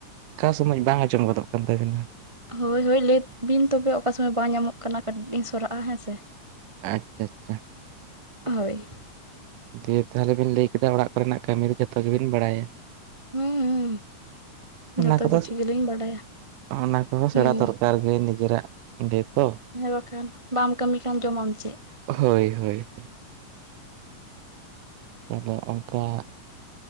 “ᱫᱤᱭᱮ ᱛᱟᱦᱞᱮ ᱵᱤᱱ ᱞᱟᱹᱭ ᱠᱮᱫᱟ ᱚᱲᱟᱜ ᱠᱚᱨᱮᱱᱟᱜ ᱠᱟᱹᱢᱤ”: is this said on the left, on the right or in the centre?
Right